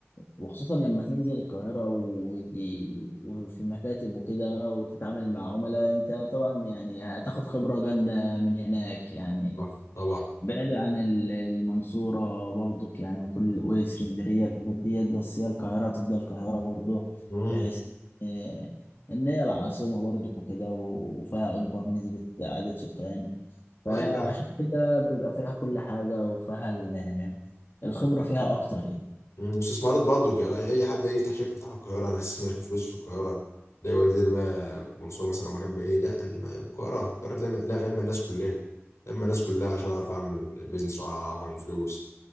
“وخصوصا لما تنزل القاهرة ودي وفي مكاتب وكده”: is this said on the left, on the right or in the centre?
Left